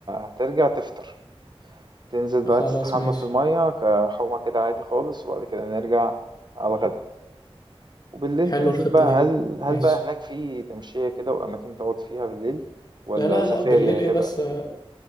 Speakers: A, on the right; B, on the left.
A: هترجع تفطر، تنزل بقى
B: خلاص
A: تستحمى
B: ماشي
A: في المَيّة كحومة كده عادي خالص، وبعد كده نرجع على الغدا. وبالليل
B: حلوة
A: تنزل
B: الخطة
A: بقى
B: دي
A: هل هل
B: ماشي
A: بقى هناك في تمشية كده وأماكن تقعد فيها بالليل ولا
B: لا لا
A: سفاري
B: لا بالليل
A: هتبقى
B: ايه بس آه،